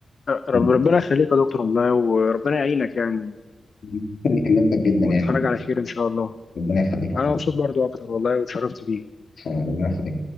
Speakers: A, on the left; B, on the left.
A: رب
B: في
A: ربنا يخليك يا دكتور والله وربنا يعينك يعني
B: التكنيك اللي انت جدا
A: وتتخرج
B: يعني
A: على خير ان شاء الله
B: ربنا يخليك يا محمد.
A: انا مبسوط برضو اكتر والله واتشرفت بيك
B: ربنا يخليك